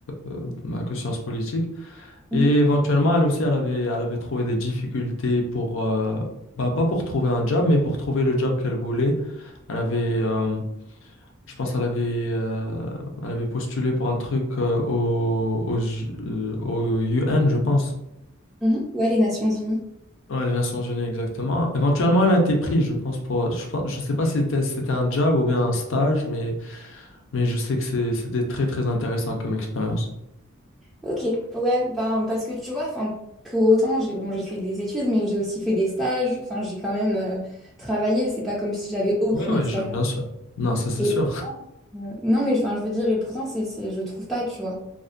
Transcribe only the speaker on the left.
euh, bah, que sciences politiques. Et
éventuellement, elle aussi, elle avait, elle avait trouvé des difficultés pour, euh, bah, pas pour trouver un job, mais pour trouver le job qu'elle voulait. Elle avait, euh, je pense, elle avait, euh, elle avait postulé pour un truc euh, au, au, J- euh, au UN, je pense.
Ouais, les Nations Unies, exactement. Éventuellement, elle a été prise, je pense, pour, je pense, je sais pas si c'était, si c'était un job ou bien un stage, mais, mais je sais que c'est- c'était très, très intéressant comme expérience.
Oui, oui,
je- bien sûr. Non, ça c'est
sûr.